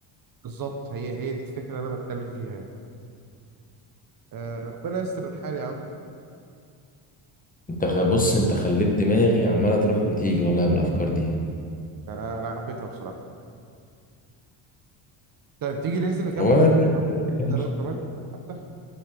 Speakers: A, on the right (about 45°); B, on the left (about 15°).
A: بالظبط هي هي دي الفكره اللي انا بتكلم فيها يعني آه ربنا يستر الحال يا عم
B: أنت خ- بص أنت خليت دماغي عمالة تروح وتيجي والله بالأفكار دي
A: يعني انا انا حبيتها بصراحه طيب تيجي ننزل نكمل
B: هو <laughs>
A: كلام كمان حتى